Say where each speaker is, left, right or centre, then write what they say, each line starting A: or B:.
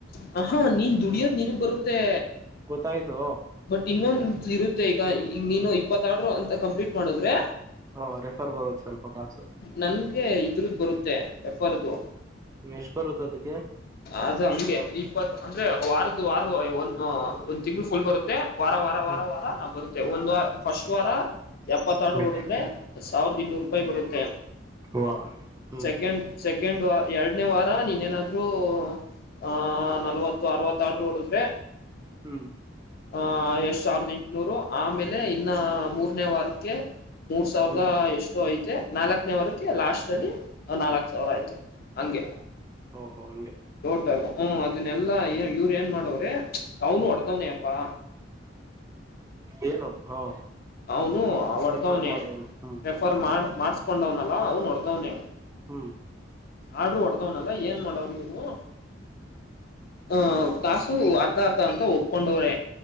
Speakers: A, on the left; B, on the right.
A: ಹ ಹಾ ನೀನ್ ದುಡಿಯೋದ್ ನಿನಗ್ ಬರುತ್ತೆ.
B: ಗೊತ್ತಾಯ್ತು
A: ಬಟ್ ಇನ್ನೊಂದ ಇರುತ್ತೆ ಈಗ ನೀನು ಇಪ್ಪತ್ ಆಡ್ರು ಅಂತ ಕಂಪ್ಲೀಟ್ ಮಾಡುದ್ರೆ.
B: ಹಾ ರೆಫರ್ ಬರೋದು ಸ್ವಲ್ಪ ಕಾಸು.
A: ನನ್ಗೆ ಇದ್ರದ್ದು ಬರುತ್ತೆ ರೆಫರ್ ದು.
B: ಮೇಶ್ ಬರುತ್ತದು.
A: ಅದು ಹಂಗೆ ಈ. ಇಪ್ಪತ್ ಅಂದ್ರೆ ವಾರದ್ ವಾರ ಒ ಒಂದ್ ತಿಂಗ್ಳು ಫುಲ್ ಬರುತ್ತೆ. ವಾರ ವಾರ ವಾರ
B: ಹ್ಮ್
A: ವಾರ ಬರುತ್ತೆ ಒಂದು ವಾರ ಫಸ್ಟ್ ವಾರ. ಎಪ್ಪತ್ ಆಡ್ರು
B: ಹ್ಮ್
A: ಹೊಡಿದ್ರೆ ಸಾವಿರ್ದ ಇನ್ನೂರು ರೂಪಾಯಿ ಬರುತ್ತೆ.
B: ಹ ಹ್ಮ್
A: ಸೆಕೆಂಡ್ ಸೆಕೆಂಡ್ ವ ಎರಡನೇ ವಾರ ನೀನೇನಾರು ಬ್ರೋ ಆ ನಲ್ವತ್ತು ಅರವತ್ ಆಡ್ರು ಹೊಡದ್ರೆ.
B: ಹ್ಮ್
A: ಆಹ ಎಷ್ಟ್ ಸಾವಿರದ ಎಂಟುನೂರು ಆಮೇಲೆ ಇನ್ನ ಮೂರನೇ ವಾರಕ್ಕೆ. ಮೂರ್ ಸಾವಿರದ
B: ಹ್ಮ್
A: ಎಷ್ಟೋ ಐತೆ ನಾಲ್ಕನೇ ವಾರಕ್ಕೆ ಲಾಸ್ಟ್ ಅಲ್ಲಿ ನಾಲ್ಕ್ ಸಾವಿರ ಐತೆ. ಹಂಗೆ
B: ಹೌದು ಹಂಗೆ.
A: ಟೋಟಲ್ ಹ ಅದನ್ನೆಲ್ಲಾ ಇವ್ರ ಏನ್ ಮಾಡೋರೆ ಅವ್ನು ಹೊಡೆದವನೇ ಅಪ್ಪಾ.
B: ಏನು ಹ.
A: ಅವನು ಹೊಡದವ್ನೇ
B: ರೆಫರ್ ಮಾಡೋನು ಹ್ಮ್
A: ರೆಫರ್ ಮಾಡ ಮಾಡ್ಸ್ಕೊಂಡವ್ನಲ್ಲ ಅವ್ನು ಹೊಡದವನೇ.
B: ಹ್ಮ್
A: ಆಡ್ರು ಹೊಡದವನಲ್ಲ ಏನ್ ಮಾಡೋನೆ ಇವ್ನು. ಅಹ ಕಾಸು ಅರ್ಧ ಅರ್ಧ ಅಂತ ಒಪ್ಕೊಂಡವ್ರೆ.